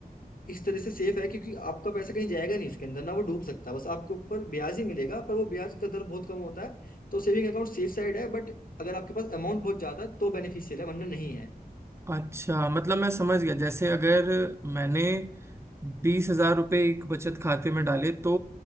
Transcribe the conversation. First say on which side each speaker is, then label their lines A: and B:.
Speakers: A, on the left; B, on the right.
A: इस तरह से सेफ है क्योंकि आपका पैसा कहीं जाएगा नहीं इसके अंदर ना वो डूब सकता है, बस आपके ऊपर ब्याज ही मिलेगा पर वो ब्याज का दर बहुत कम होता है तो सेविंग अकाउंट सेफ साइड है बट अगर आपके पास अमाउंट बहुत ज्यादा है तो बेनिफिशियल है वरना नहीं है
B: अच्छा मतलब मैं समझ गया जैसे अगर मैंने बीस हजार रुपये एक बचत खाते में डाले तो